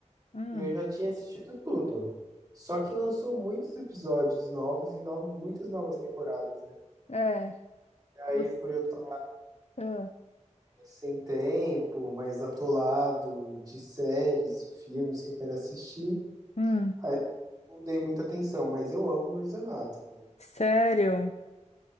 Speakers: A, on the left (about 60°); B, on the right (about 20°).
A: Hum.
B: eu já tinha assistido tudo. Só que lançou muitos episódios novos e no- muitas novas temporadas, né?
A: É.
B: aí,
A: você-
B: por eu estar
A: ah.
B: sem tempo, mais atolado de séries e filmes que eu quero assistir,
A: Hum.
B: aí eu não dei muita atenção, mas eu amo Grey's Anatomy.
A: Sério?